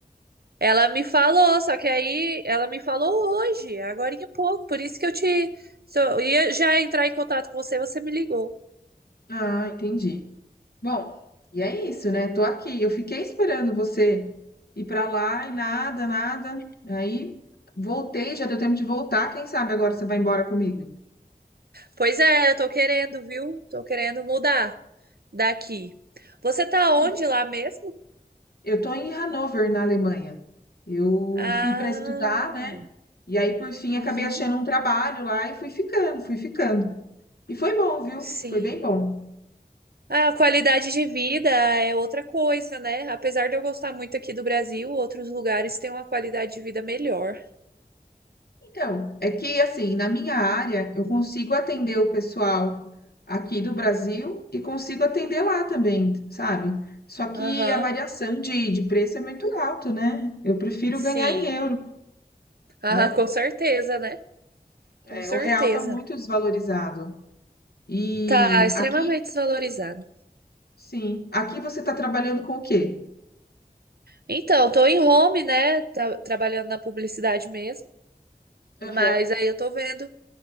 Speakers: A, on the right (about 75°); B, on the left (about 75°).
A: ela me falou, só que aí ela me falou hoje, agora em pouco, por isso que eu te so- eu ia já entrar em contato com você, você me ligou.
B: Ah, entendi. Bom, e é isso, né? Tô aqui. Eu fiquei esperando você ir pra lá e nada, nada. Aí voltei, já deu tempo de voltar. Quem sabe agora você vai embora comigo?
A: Pois é, eu tô querendo, viu? Tô querendo mudar daqui. Você tá onde
B: É.
A: lá mesmo?
B: Eu tô em Hannover, na Alemanha. Eu
A: Ah,
B: fui pra estudar, né? E aí, por fim,
A: uhum,
B: acabei achando um trabalho lá e fui ficando, fui ficando. E foi bom, viu?
A: sim.
B: Foi bem bom.
A: A qualidade de vida é outra coisa, né? Apesar de eu gostar muito aqui do Brasil, outros lugares têm uma qualidade de vida melhor.
B: Então, é que assim, na minha área, eu consigo atender o pessoal aqui do Brasil e consigo atender lá também, sabe? Só que
A: Aham,
B: a variação de, de preço é muito alto, né? Eu prefiro
A: sim.
B: ganhar em euro,
A: Ah,
B: né?
A: com certeza, né? Com
B: É,
A: certeza.
B: o real tá muito desvalorizado. E
A: Tá extremamente
B: aqui,
A: desvalorizado.
B: sim, aqui você tá trabalhando com o quê?
A: Então, tô em home, né? Tá- trabalhando na publicidade mesmo, mas
B: Aham,
A: aí eu tô vendo